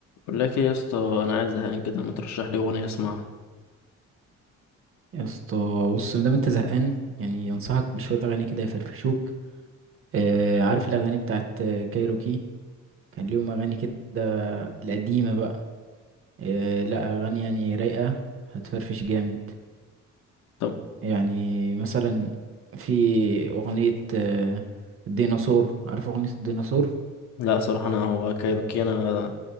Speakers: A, on the left; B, on the right.
A: بقول لك ايه يا اسطى انا قاعد زهقان كده ما ترشح لي اغنيه اسمعها
B: يا اسطى بص مادام انت زهقان يعني ينصحك بشوية أغاني كده يفرفشوك آه عارف الأغاني بتاعت آه، كايروكي كان ليهم أغاني كده القديمة بقى آه لا أغاني يعني رايقة هتفرفش جامد
A: طب
B: يعني مثلا في أغنية آه الديناصور عارف أغنية الديناصور
A: لا صراحه انا هو كايروكي انا